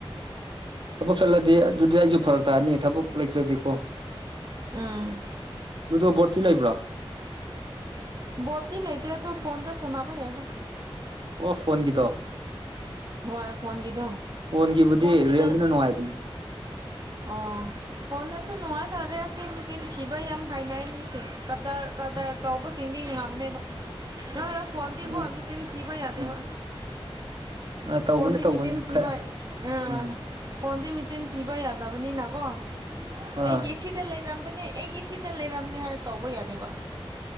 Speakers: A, on the right; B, on the right.
A: ꯊꯕꯛ ꯆꯠꯂꯗꯤ ꯑꯗꯨꯗꯤ ꯑꯩꯖꯨ ꯐꯔꯛ ꯇꯥꯅꯤ ꯊꯕꯛ ꯂꯩꯇ꯭ꯔꯗꯤꯀꯣ
B: ꯎꯝ
A: ꯂꯨꯗꯣ ꯕꯣꯠꯇꯤ ꯂꯩꯕ꯭ꯔꯥ?
B: ꯕꯣꯠꯇꯤ ꯂꯩꯇꯦ ꯑꯗꯣ ꯐꯣꯟꯗ ꯁꯥꯟꯅꯕ ꯌꯥꯏ
A: ꯑꯣ ꯐꯣꯟꯒꯤꯗꯣ
B: ꯍꯣꯏ ꯐꯣꯟꯒꯤꯗꯣ
A: ꯐꯣꯟꯒꯤꯕꯨꯗꯤ
B: ꯐꯣꯟꯒꯤꯅ
A: ꯔꯤꯌꯦꯜꯗꯨꯅ ꯅꯨꯡꯉꯥꯏꯕꯅꯤ
B: ꯑꯣ ꯐꯣꯟꯗꯁꯨ ꯅꯨꯡꯉꯥꯏꯇꯔꯦ ꯍꯥꯏꯕꯗꯤ ꯃꯤꯆꯤꯟ ꯊꯤꯕ ꯌꯥꯝ ꯍꯥꯏꯅꯩ ꯃꯤꯁꯤꯡ ꯀꯗꯔ ꯀꯗꯔ ꯇꯧꯕꯁꯤꯡꯗꯤ ꯉꯝꯃꯦꯕ ꯅꯠ ꯐꯣꯟꯗꯤꯀꯣ
A: ꯎꯝ
B: ꯃꯤꯆꯤꯟ ꯊꯤꯕ ꯌꯥꯗꯦꯕ꯫
A: ꯎꯝ ꯑ ꯇꯧꯕꯅꯤ
B: ꯐꯣꯟꯗꯤ
A: ꯇꯧꯕꯅꯤ
B: ꯃꯤꯆꯤꯟ ꯊꯤꯕ
A: ꯈꯔ
B: ꯑ
A: ꯎꯝ
B: ꯐꯣꯟꯗꯤ ꯃꯤꯆꯤꯟ ꯊꯤꯕ ꯌꯥꯗꯕꯅꯤꯅꯀꯣ
A: ꯑꯥ
B: ꯑꯩꯒꯤ ꯏꯁꯤꯡ ꯁꯤꯗ ꯂꯩꯔꯝꯕꯅꯦ ꯑꯩꯒꯤ ꯁꯤꯗ ꯂꯩꯔꯝꯅꯦ ꯍꯥꯏꯅ ꯇꯧꯕ ꯌꯥꯗꯦꯕ꯫